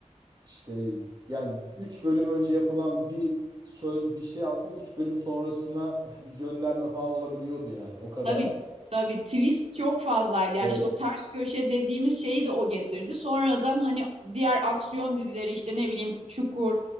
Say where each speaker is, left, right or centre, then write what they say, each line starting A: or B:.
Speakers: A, on the right; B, on the right.
A: işte yani 3 bölüm önce yapılan bir söz bir şey aslında üç bölüm sonrasına <laughs> bir gönderme falan olabiliyordu yani. O kadar.
B: Tabii tabii twist çok fazlaydı. Yani
A: Evet.
B: işte o ters köşe dediğimiz şeyi de o getirdi. Sonradan hani diğer aksiyon dizileri işte ne bileyim Çukur,